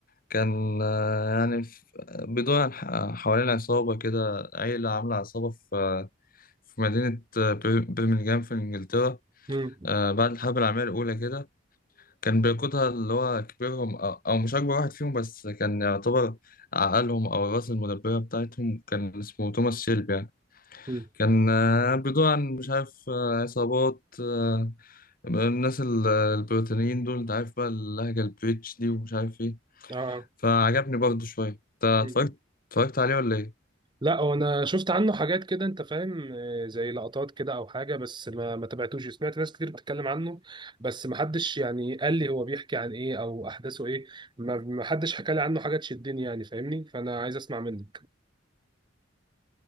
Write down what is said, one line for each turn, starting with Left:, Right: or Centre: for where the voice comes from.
Left: كان آه، يعني في- بيدور عن ح- حوالين عصابة كده عيلة عاملة عصابة في في مدينة آه، بر- برمنجهام في إنجلترا
Right: مم.
Left: آه، بعد الحرب العالمية الأولى كده كان بيقودها اللي هو كبيرهم أو أو مش أكبر واحد فيهم بس كان يعتبر عقلهم أو الراس المدبرة بتاعتهم كان اسمه توماس شيلبي يعني.
Right: مم.
Left: كان آه، بيدور عن مش عارف آه، عصابات آه، الناس ال- البريطانيين دول انت عارف بقى اللهجة البريتش دي ومش عارف ايه
Right: اه آه.
Left: فعجبني برضه شوية انت اتفرجت
Right: مم.
Left: اتفرجت عليه ولا ايه؟
Right: لا هو انا شفت عنه حاجات كده انت فاهم آه، زي لقطات كده او حاجه بس ما ما تابعتوش سمعت ناس كتير بتتكلم عنه بس ما حدش يعني قال لي هو بيحكي عن ايه او احداثه ايه ما ما حدش حكى لي عنه حاجه تشدني يعني فاهمني؟ فانا عايز اسمع منك.